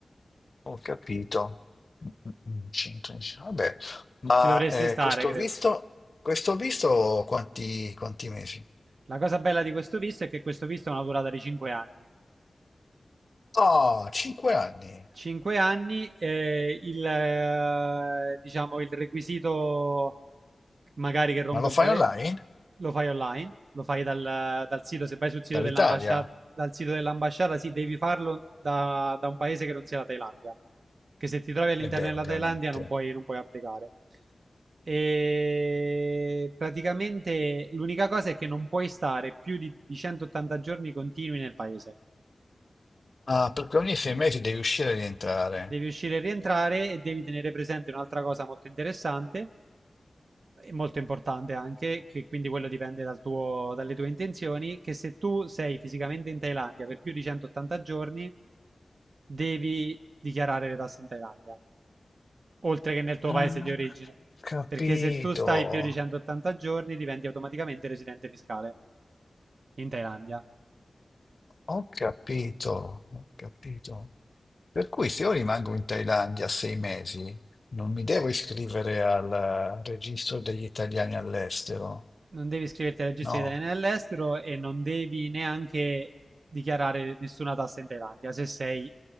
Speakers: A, on the left; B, on the right.
A: Ho capito. Mm, mm, 110. Vabbè, ma
B: Ci dovresti
A: eh,
B: stare,
A: questo
B: credo.
A: visto, questo visto quanti, quanti mesi?
B: La cosa bella di questo visto è che questo visto ha una durata di 5 anni.
A: Oh, 5 anni.
B: 5 anni, eh, il, eh, diciamo, il requisito magari che rompe
A: Ma lo
B: un po'
A: fai
B: le...
A: online?
B: lo fai online, lo fai dal, dal sito, se vai sul sito
A: Dall'Italia?
B: dell'ambasciata, dal sito dell'ambasciata, sì, devi farlo da, da un paese che non sia la Thailandia, che se ti trovi all'interno
A: E beh,
B: della
A: ovviamente.
B: Thailandia non puoi, non puoi applicare. E praticamente l'unica cosa è che non puoi stare più di, di 180 giorni continui nel paese.
A: Ah, perché ogni sei mesi devi uscire e rientrare.
B: Devi uscire e rientrare e devi tenere presente un'altra cosa molto interessante e molto importante anche, che quindi quello dipende dal tuo- dalle tue intenzioni, che se tu sei fisicamente in Thailandia per più di 180 giorni, devi dichiarare le tasse in Thailandia, oltre che nel tuo
A: Ah,
B: paese di
A: ho
B: origine,
A: capito.
B: perché se tu stai più di 180 giorni diventi automaticamente residente fiscale in Thailandia.
A: Ho capito, ho capito. Per cui se io rimango in Thailandia sei mesi, non mi devo iscrivere al registro degli italiani all'estero.
B: Non devi iscriverti al registro
A: No,
B: di italiani all'estero e non devi neanche dichiarare nessuna tassa in Thailandia se sei